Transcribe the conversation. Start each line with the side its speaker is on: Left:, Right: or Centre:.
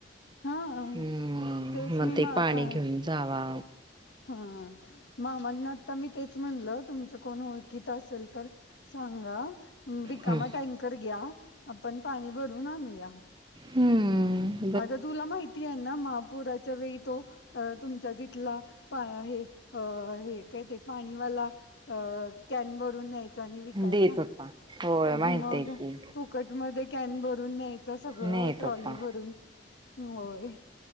Left: हा
Right: हम्म
Left: तेच
Right: मग
Left: मी
Right: ते
Left: मा
Right: पाणी
Left: का
Right: घेऊन जावा...
Left: हा म म्हणण आता मी तेच म्हणल तुमचं कोण ओळखीत असेल तर.... सांगा रिकामा
Right: हम्म
Left: टँकर घ्या आपण पाणी भरून आणूया....
Right: हम...
Left: आता तुला माहिती आहे ना महापुराच्या वेळी तो तुमच्या तिथला.... प हे अ हे काय ते पाणीवाला. अ कॅन भरून न्यायच आणि विकायचा
Right: देत होता होय
Left: मग
Right: माहितय की
Left: तू. कट मध्ये कॅन भरून न्यायच सगळं
Right: नेत
Left: ट्रॉली
Right: होता
Left: भरून होय